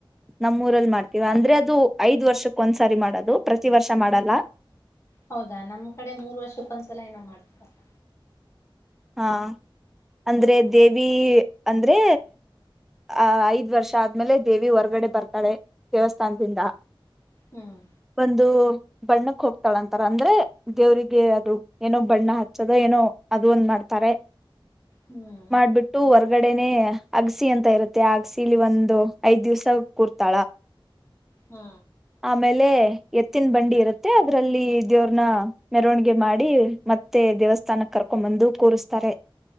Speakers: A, in the centre; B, on the left (about 30°).
A: ನಮ್ಮ್ ಊರಲ್ಲಿ ಮಾಡ್ತೀವ ಅಂದ್ರೆ ಅದ ಐದ್ದು ಐದ್ ವರ್ಷಕ್ಕ ಒಂದ್ಸರಿ ಮಾಡದು ಪ್ರತಿ ವರ್ಷ ಮಾಡಲ್ಲ
B: ಹೌದಾ ನಮ್ ಕಡೆ ಮೂರ್ ವರ್ಷಕ್ಕೊಂದ್ಸಲ ಏನೋ ಮಾಡ್ತಾರಪ್ಪ
A: ಹಾ ಅಂದ್ರೆ ದೇವಿ ಅಂದ್ರೆ ಆ ಐದ್ ವರ್ಷ ಆದ್ಮೇಲೆ ದೇವಿ ಹೊರ್ಗಡೆ ಬರ್ತಾಳೆ ದೇವಸ್ಥಾನದಿಂದ
B: ಹ್ಮ್
A: ಒಂದು ಬಣ್ಣಕ್ ಹೋಗ್ತಾಳ ಅಂತಾರ ಅಂದ್ರೆ ದೇವ್ರಿಗೆ ಅದು ಏನೋ ಬಣ್ಣ ಹಚ್ಚದಾ ಏನೋ ಅದ ಒಂದ್ ಮಾಡ್ ತಾರೆ
B: ಹ್ಮ್
A: ಮಾಡ್ಬಿಟ್ಟು ಹೊರ ಹೊರಗಡೆನೆ ಅಗಸಿ ಅಂತ ಇರುತ್ತೆ ಅಗಸಿ ಇಲ್ಲಿ ಒಂದು ಐದ್ ದಿವ್ಸ ಕೂರ್ತಾಳ
B: ಹ್ಮ
A: ಆಮೇಲೆ ಎತ್ತಿನ ಬಂಡಿ ಇರುತ್ತೆ ಅದ್ರಲ್ಲಿ ದೇವ್ರನ್ನ ಮೆರವಣಿಗೆ ಮಾಡಿ ಮತ್ತೆ ದೇವಸ್ಥಾನಕ್ಕೆ ಕರ್ಕೊಂಡ್ ಬಂದು ಕೂರಸ್ತಾರೆ